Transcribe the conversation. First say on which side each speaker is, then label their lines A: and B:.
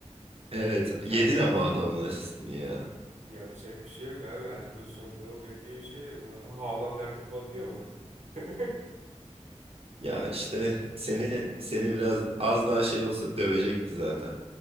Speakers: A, on the right (about 55°); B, on the right (about 85°).
A: Evet
B: Kanka
A: yedin ama adamın asistini ya.
B: yapacak bir şey yok abi her pozisyon gol olacak diye bir şey yok. Bunu Ha- Haaland her topu atıyor mu? <laughs>
A: Ya işte seni
B: He?
A: seni biraz az daha şey olsa dövecekti zaten